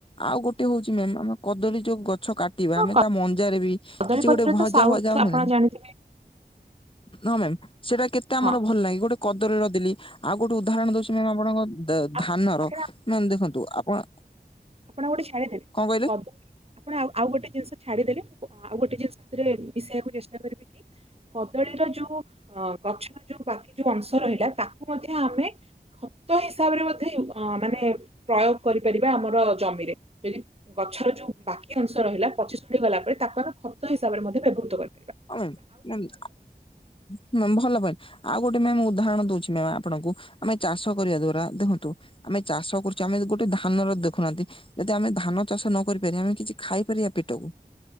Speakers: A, on the left; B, on the right.
A: ଆଉ ଗୋଟେ ହଉଛି ମ୍ୟାମ ଆମେ କଦଳୀ ଯୋଉ ଗଛ କା ଟିବା
B: ହଁ
A: ଆମେ ତା ମଞ୍ଜା ରେ ବି
B: କଦଳୀ
A: କିଛି
B: ପତ୍ର
A: ଗୋଟେ ଭଜା
B: ତ ସାଉଥ
A: ଫଜା ହୁଏନା
B: ଆପଣ ଜାଣିଥିବେ
A: ହଁ ମ୍ୟାମ୍ ସେଇଟା କେତେ ଆମର
B: ହଁ
A: ଭଲ ଲାଗେ ଗୋଟେ କଦରୀ ର ଦିଲି ଆଉ ଗୋଟେ ଉଦାହରଣ ଦଉଛି ମ୍ୟାମ୍ ଆପଣଙ୍କ ଦ
B: ଆପଣ
A: ଧାନର
B: ଆପଣ
A: ମ ଦେଖନ୍ତୁ ଆପଣ,
B: ଆପଣ ଗୋଟେ ଛାଡ଼ିଦେବେ
A: କଣ କହିଲେ?
B: କଦଳୀ ଆପଣ ଆଉ ଆଉ ଗୋଟେ ଜିନିଷ ଛାଡିଦେଲେ ମୁଁ ଆଉ ଗୋଟେ ଜିନିଷ ସେଥିରେ ମିଶେଇବାକୁ ଚେଷ୍ଟା କରିବି କି କଦଳୀର ଯୋଉ ଅ ଗଛର ଯୋଉ ବାକି ଯୋଉ ଅଂଶ ରହିଲା ତାକୁ ମଧ୍ୟ ଆମେ ଖତ ହି ହିସାବରେ ମଧ୍ୟ ମାନେ ପ୍ରୟୋଗ କରିପାରିବା ଆମର ଜମିରେ <unintelligible> ଗଛର ଯୋଉ ବାକି ଅଂଶ ରହିଲା ପଚିଶଢ଼ି ଗଲା ପରେ ତାକୁ ଆମେ ଖତ ହିସାବରେ ମଧ୍ୟ ବ୍ୟବହୃତ କରି
A: <unintelligible> ଭଲ ପଇଁଟ ଆଉ ଗୋଟେ ମ୍ୟାମ୍ ଉଦାହରଣ ଦଉଛି ମ୍ୟାମ ଆପଣଙ୍କୁ ଆମେ ଚାଷ କରିବା ଦ୍ଵାରା ଦେଖନ୍ତୁ ଆମେ ଚାଷ କରୁଛେ ଆମେ ଗୋଟେ ଧାନର ଦେଖୁନାହାନ୍ତି ଯଦି ଆମେ ଧାନ ଚାଷ ନ କରିପାରିବା ଆମେ କିଛି ଖାଇପାରିବା ପେଟକୁ?